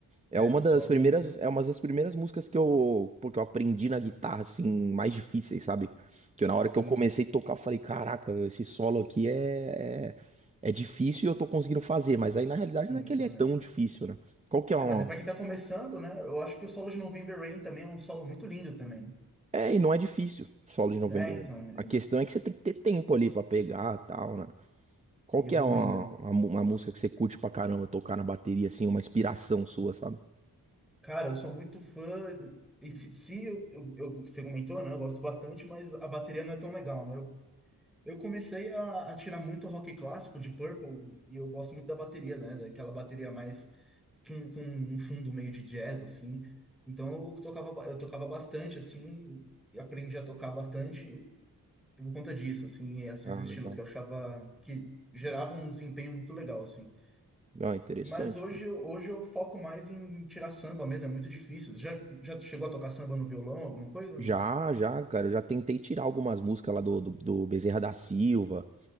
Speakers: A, on the right; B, in the centre.
A: é
B: É,
A: uma
B: o
A: das
B: solo,
A: primeiras, é uma das primeiras músicas que eu, porque eu aprendi na guitarra, assim, mais difíceis, sabe? Que eu, na hora
B: sim,
A: que eu comecei a tocar, eu falei, caraca, esse solo aqui é, é, é difícil e eu tô conseguindo fazer, mas aí na realidade
B: sim,
A: não é que
B: isso,
A: ele é
B: né?
A: tão difícil, né? Qual que é uma...
B: Ah, mas é pra quem tá começando, né? Eu acho que o solo de November Rain também é um solo muito lindo também,
A: É, e não é difícil, solo de November
B: né? É,
A: Rain.
B: então, ele
A: A questão é que você tem que ter tempo ali pra pegar, tal, né? Qual
B: ele
A: que
B: evoluindo
A: é uma,
B: ali.
A: uma, mu- uma música que você curte pra caramba tocar na bateria, assim, uma inspiração sua, sabe?
B: Cara, eu sou muito fã de AC/DC, eu, eu, eu- você comentou, né? Eu gosto bastante, mas a bateria não é tão legal, né? Eu Eu comecei a, a tirar muito rock clássico de Purple e eu gosto muito da bateria, né? Daquela bateria mais com, com um fundo meio de jazz, assim. Então eu tocava, ba- eu tocava bastante, assim, e aprendi a tocar bastante por conta disso, assim, esses
A: Ah,
B: estilos
A: legal.
B: que eu achava que geravam um desempenho muito legal, assim.
A: Ah, interessante,
B: Mas hoje,
A: cara.
B: eu- hoje eu foco mais em tirar samba mesmo, é muito difícil. Já, já chegou a tocar samba no violão, alguma coisa?
A: Já, já, cara, eu já tentei tirar algumas músicas lá do, do, do Bezerra da Silva,